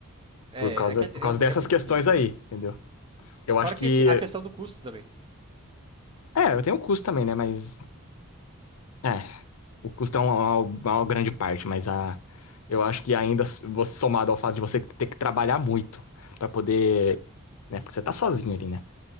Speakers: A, on the right (about 25°); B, on the left (about 80°).
A: É,
B: Por causa,
A: é que
B: por
A: é,
B: causa
A: é-
B: dessas
A: é muito
B: questões
A: difícil,
B: aí,
A: né?
B: entendeu? Eu acho
A: Fora
B: que.
A: que a questão do custo também.
B: É, eu tenho o custo também, né? Mas. É. O custo é uma, uma- uma grande parte, mas a. Eu acho que ainda, s- você somado ao fato de você ter que trabalhar muito pra poder. Né? Porque você tá sozinho ali, né?